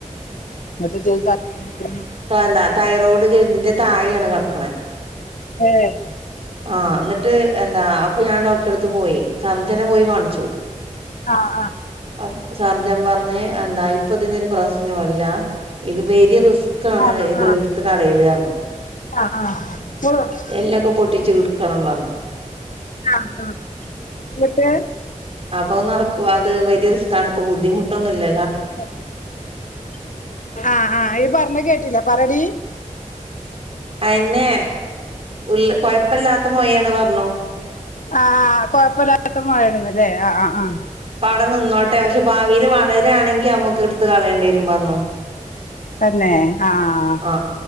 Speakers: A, on the left; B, on the right.
A: ന്ന്ട്ട് ജ്ജ് <unintelligible>
B: താന്നാ തൈറോയ്ഡ് ഗ്രന്ധിന്റെ തായെയാണ് കിടക്കണെ
A: ഏഹ്
B: ആഹ് എന്നിട്ട് എന്താ അപ്പൊ ഞാൻ ഡോക്ടറെ അടുത്ത് പോയി സർജനെ പോയി കാണിച്ചു
A: ആ ആ.
B: അപ് സർജൻ പറഞ്ഞെ എന്താ ഇപ്പ ഇതിനൊരു പ്രശ്നംല്ല ഇത് വെരി റിസ്ക് ക്കാണ്
A: ആഹ്
B: ഇത്
A: ആഹ്
B: ഇടുത്ത് കളയല്റഞ്ഞു.
A: ആഹ് ആഹ്
B: എല്ലൊക്കെ പൊട്ടിച്ചു ഇടുക്കണം പറഞ്ഞു.
A: ആ ആ ന്നിട്ട്.
B: അപ്പം നടക്കു അത് വലിയറിസ്കാണ് ഇപ്പോ ബദ്ധിുമു ട്ടൊന്നുല്ല
A: <unintelligible> ആആ ഈ പറഞ്ഞ കേട്ടില്ല പറടി.
B: അയെന്നെ ഉള്ള് കൊഴപ്പില്ലാത്ത മൊഴെണ് പറഞ്ഞു.
A: ആ കൊഴപ്പല്ലാത്ത മുഴെണ്ന്നല്ലെ അ അ ആ.
B: അവടെ നിന്നോട്ടെ പക്ഷെ ഭാവിൽ വളരാ ണെങ്കി അമ്മക്ക് എടുത്ത് കളയേണ്ടി വരും പറഞ്ഞു.
A: തന്നെ. ആഹ്
B: ആ